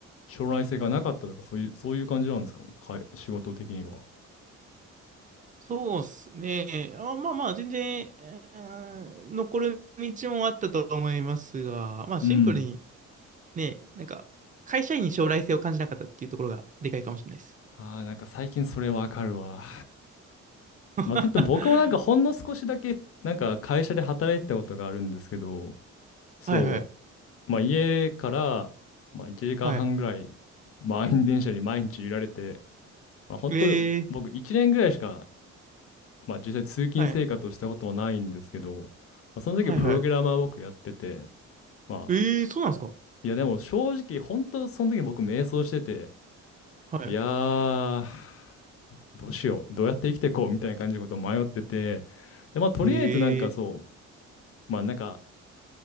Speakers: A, on the left (about 50°); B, on the right (about 25°).
A: 将来性がなかったとか、そういう、そういう感じなんですか、かい、仕事的には。
B: そうっすね。あ、まあまあ、全然、えー残る道もあったと思いますが、まあシンプルに
A: うん。
B: ね、なんか、会社員に将来性を感じなかったっていうところがでかいかもしれないです。
A: ああ、なんか最近それわかるわ。
B: <laughs>
A: まあ、
B: は
A: といっても僕もなんかほんの少しだけなんか会社で働いてたことがあるんですけど、そ
B: いはい。
A: う、まあ、家から、まあ、1時間半ぐらい満員電車に毎日揺られて、
B: はい。
A: まあ、本当僕1年ぐらいしか、
B: えー、
A: まあ、実際通勤生活をしたことはないんですけど、
B: はい。
A: まあ、その時プログラマー僕やってて、
B: はいはい。
A: まあ、
B: えー、そうなんですか
A: いやでも正直本当その時僕迷走してて、
B: は
A: いやー、どうしよう、どうやって生きていこうみたいな感じのことを迷ってて、で、まあ、とりあえずなんかそ
B: い。えー、
A: う、まあなんか、